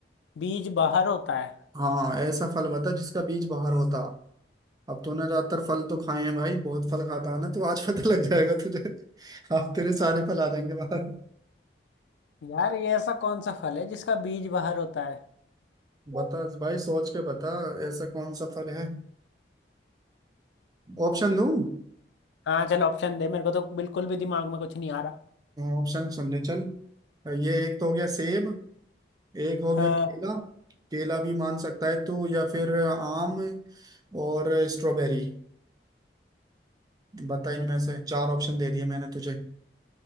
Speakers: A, on the left; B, on the right.
A: बीज बाहर होता है
B: हाँ ऐसा फल बता जिसका बीज बाहर होता अब तूने ज्यादातर फल तो खाए हैं भाई बहुत फल खाता है ना तो आज पता लग जाएगा तुझे <laughs> अब तेरे सारे फल आ जाएंगे बाहर
A: यार ये ऐसा कौन सा फल है जिसका बीज बाहर होता है
B: बता भाई सोच के बता ऐसा कौन सा फल है ऑप्शन दूं
A: हाँ चल ऑप्शन दे मेरे को तो बिल्कुल भी दिमाग में कुछ नहीं आ रहा
B: ऑप्शन सुनने चल ये एक तो हो गया सेब एक हो गया
A: हाँ।
B: केला केला भी मान सकता है तू या फिर आम और स्ट्रॉबेरी बता इनमें से चार ऑप्शन दे दिए मैंने तुझे